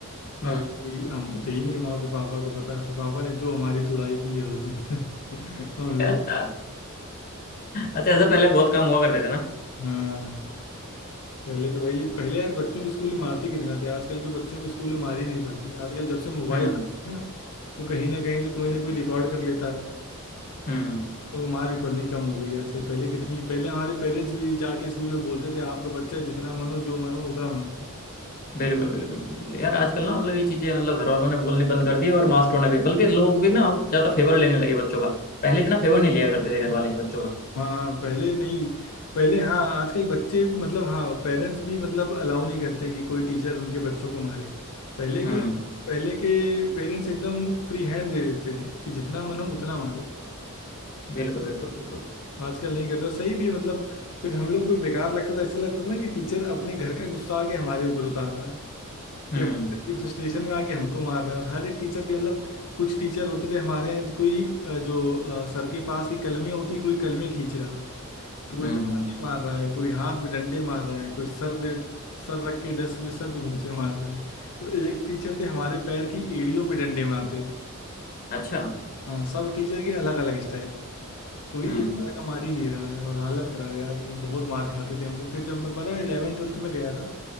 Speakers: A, on the left; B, on the left.
A: अब
B: हम्म
A: कि हम तो थे ही नहीं वहाँ पे पापा को पता है फिर पापा ने जो हमारी तुड़ाई की है उस दिन <laughs> हम लोग
B: <laughs> अच्छा ऐसा पहले बहुत काम हुआ करते थे ना
A: हाँ पहले तो वही पहले यार बच्चों को स्कूल में मारते कितना थे आजकल के बच्चों को स्कूल में मार ही नहीं पड़ती आजकल जब से मोबाइल
B: हम्म
A: आ गया ना तो कहीं ना कहीं से कोई ना कोई रिकॉर्ड कर लेता है
B: हम्म
A: लोग को मार भी पड़नी कम हो गई है आजकल पहले कितनी पहले हमारे पेरेंट्स भी जाके स्कूल में बोलते थे आपका बच्चा जितना मन हो जो मन हो उतना मारिए
B: बिल्कुल बिल्कुल बिल्कुल यार आजकल ना मतलब ये चीजें मतलब घर वालों ने बोलनी बंद कर दी और मास्टरों ने भी बल्कि लोग भी ना अब ज्यादा फेवर लेने लगे बच्चों का पहले इतना फेवर नहीं लिया करते थे घर वाले बच्चों का
A: हाँ पहले नहीं पहले हाँ आजकल बच्चे मतलब हाँ पेरेंट्स भी मतलब अलाउ नहीं करते कि कोई टीचर उनके बच्चों को मारे पहले के
B: हम्म
A: पहले के पेरेंट्स एकदम फ्री हैंड दे देते थे कि जितना मन हो उतना मारो
B: बिल्कुल बिल्कुल बिल्कुल
A: आजकल नहीं करते और सही भी है मतलब फिर हम लोग को भी बेकार लगता था ऐसा लगता था ना कि टीचर अपने घर का गुस्सा आके हमारे ऊपर उतार रहा है कि
B: हम्म
A: अपने घर की फ्रस्ट्रेशन में आके हमको मार रहे हैं और हर एक टीचर के मतलब कुछ टीचर होते थे हमारे यहाँ कोई अ, जो अ, सर के पास की कलमें होती कोई कलमें खींच रहा है तो कोई
B: हम्म
A: तमाचे
B: हम्म,
A: मार रहा है कोई हाथ पे डंडे मार रहा है कोई सर पे सर रख के डेस्क पे सर पे घूंसे मार रहा है तो एक टीचर थे हमारे पैर की एड़ियों पे डंडे मारते थे
B: अच्छा
A: हाँ सब टीचर के अलग अलग स्टाइल कोई
B: हम्म
A: एक तरह का मार ही नहीं रहा है और हालत खराब है यार बहुत मार खाते थे हम लोग फिर जब मैं पता है इलेवन ट्वेल्थ में गया था